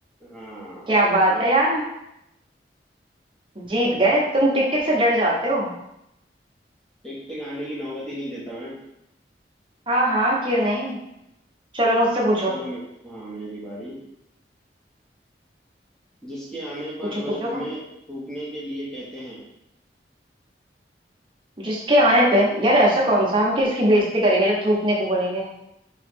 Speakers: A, in the centre; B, on the right (about 30°).
A: हाँ
B: क्या बात है यार जीत गए तुम टिक टिक से डर जाते हो
A: टिक टिक आने की नौबत ही नहीं देता मैं
B: हाँ हाँ क्यों नहीं चलो मुझसे पूछो
A: चलो मैं हाँ मेरी बारी जिसके आने पर
B: पूछो
A: लोग
B: पूछो
A: हमें थूकने के लिए कहते हैं
B: जिसके आने पे यार ऐसा कौन सा हम किसकी बेइज्जती करेंगे जब थूकने को बोलेंगे